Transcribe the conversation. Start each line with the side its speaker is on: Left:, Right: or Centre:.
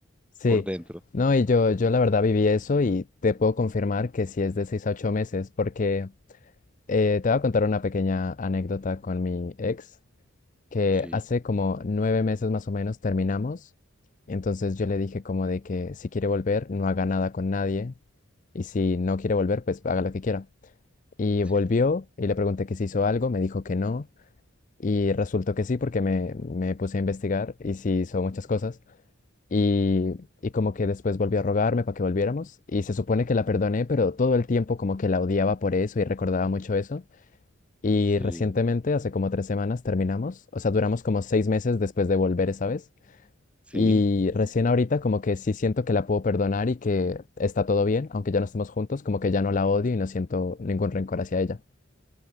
Left: sí.
Centre: por dentro.
Left: No, y yo, yo la verdad viví eso y te puedo confirmar que sí es de 6 a 8 meses, porque eh, te voy a contar una pequeña anécdota con mi ex, que
Centre: Sí,
Left: hace como 9 meses más o menos terminamos. Entonces yo le dije como de que si quiere volver, no haga nada con nadie, y si no quiere volver, pues haga lo que quiera. Y
Centre: Sí,
Left: volvió y le pregunté que si hizo algo, me dijo que no. Y resultó que sí, porque me, me puse a investigar y sí hizo muchas cosas. Y, y como que después volvió a rogarme para que volviéramos. Y se supone que la perdoné, pero todo el tiempo como que la odiaba por eso y recordaba mucho eso. Y
Centre: sí,
Left: recientemente, hace como tres semanas, terminamos. O sea, duramos como seis meses después de volver esa vez.
Centre: sí.
Left: Y recién ahorita como que sí siento que la puedo perdonar y que está todo bien, aunque ya no estemos juntos, como que ya no la odio y no siento ningún rencor hacia ella.